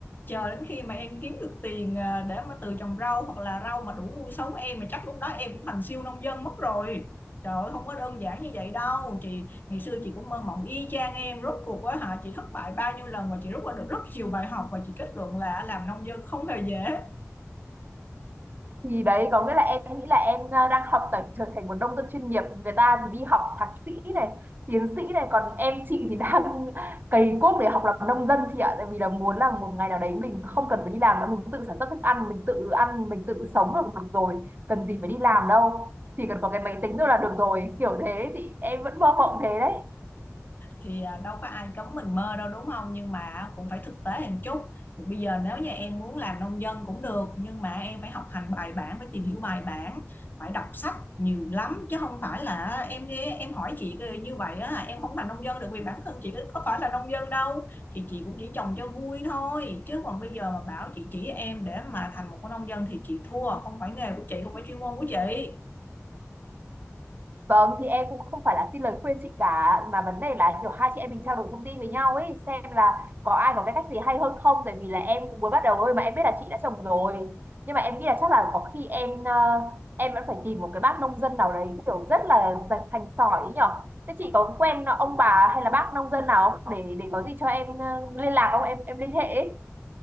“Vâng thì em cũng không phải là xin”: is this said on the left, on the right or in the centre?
Right